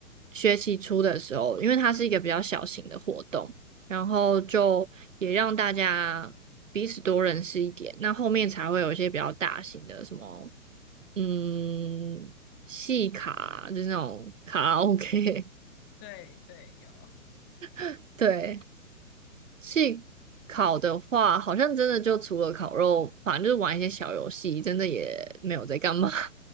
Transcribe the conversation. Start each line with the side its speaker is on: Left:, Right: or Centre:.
Right: 学期初的时候，因为它是一个比较小型的活动，然后就也让大家彼此多认识一点。那后面才会有一些比较大型的什么，嗯，系卡，就是那种卡拉 OK。
Left: 对对，有，
Right: <laughs> 对，系考的话，好像真的就除了烤肉，反正就是玩一些小游戏，真的也没有在干嘛。